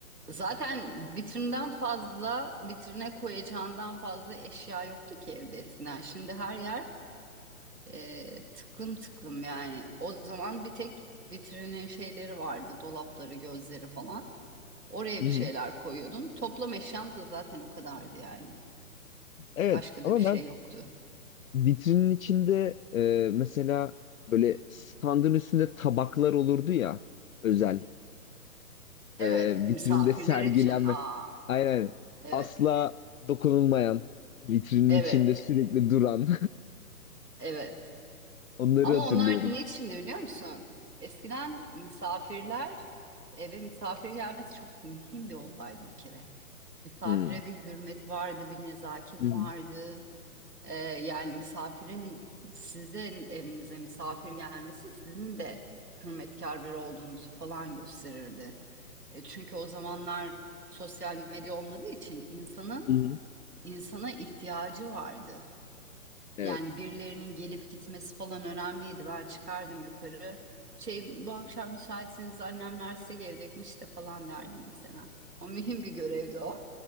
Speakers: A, on the right (about 85°); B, on the left (about 60°).
A: zaten vitrinden fazla, vitrine koyacağından fazla eşya yoktu ki evde eskiden. Şimdi her yer e, tıklım tıklım yani. O zaman bir tek vitrinin şeyleri vardı, dolapları, gözleri falan. Oraya
B: Hı
A: bir
B: hı.
A: şeyler koyuyordun. Toplam eşyan da zaten o kadardı yani.
B: Evet
A: Başka
B: ama
A: da bir şey
B: ben
A: yoktu.
B: vitrinin içinde e, mesela böyle standın üstünde tabaklar olurdu ya özel.
A: Evet,
B: e, vitrinde
A: misafirler
B: sergilenme.
A: için. Aa,
B: Aynen. aynen.
A: Evet,
B: Asla dokunulmayan, vitrinin
A: evet,
B: içinde sürekli duran.
A: evet.
B: <laughs> Onları
A: Ama
B: hatırlıyorum.
A: onlar ne içindi biliyor musun? Eskiden misafirler eve misafir gelmesi çok mühim bir olaydı bir kere. Misafire
B: Hmm.
A: bir hürmet vardı, bir nezaket
B: Hı hı.
A: vardı. Ee, yani misafirin sizin evinize misafir gelmesi sizin de hürmetkar biri olduğunuzu falan gösterirdi. E, Çünkü o zamanlar sosyal medya olmadığı için insanın
B: Hı hı.
A: insana ihtiyacı vardı.
B: Evet.
A: Yani birilerinin gelip gitmesi falan önemliydi. Ben çıkardım yukarı. Şey bu akşam müsaitseniz annemler size gelecekmiş de falan derdim mesela. O mühim bir görevdi o.